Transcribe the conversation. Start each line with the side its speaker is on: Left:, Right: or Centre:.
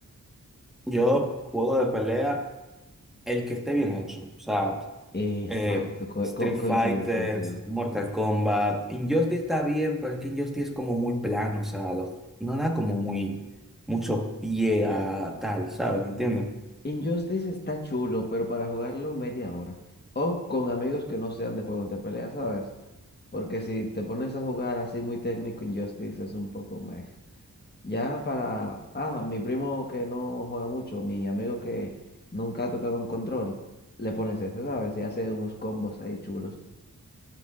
Centre: Yo juego de pelea el que esté bien hecho. O sea,
Left: Exacto,
Centre: eh,
Left: co-
Centre: Street
Left: co-
Centre: Fighter,
Left: coincido, coincido.
Centre: Mortal Kombat. Injustice está bien, pero es que Injustice es como muy plano, o sea, lo- no da como muy mucho pie a tal, ¿sabes? ¿Me entiendes?
Left: Injustice está chulo, pero para jugarlo media hora. O con amigos que no sean de juegos de pelea, ¿sabes? Porque si te pones a jugar así muy técnico, Injustice es un poco meh. Ya para, ah, mi primo que no juega mucho, mi amigo que nunca ha tocado un control, le pones ese, ¿sabes? Y hace unos combos ahí chulos.